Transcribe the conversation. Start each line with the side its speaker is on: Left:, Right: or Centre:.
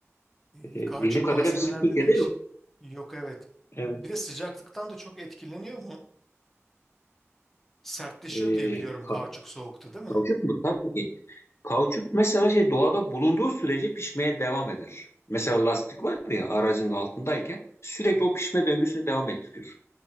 Centre: E,
Left: Ee,
Centre: Kauçuk
Left: bildiğim kadarıyla
Centre: malzemeler
Left: bizim Türkiye'de
Centre: de değişik.
Left: yok.
Centre: Yok evet.
Left: Evet.
Centre: Bir de sıcaklıktan da çok etkileniyor mu? Sertleşiyor
Left: Ee,
Centre: diye biliyorum
Left: ka-
Centre: kauçuk soğukta değil mi?
Left: kauçuk mu? Tabii ki. Kauçuk mesela şey doğada bulunduğu sürece pişmeye devam eder. Mesela lastik var ya aracın altındayken sürekli
Centre: Hı.
Left: o pişme döngüsünü devam ettiriyor.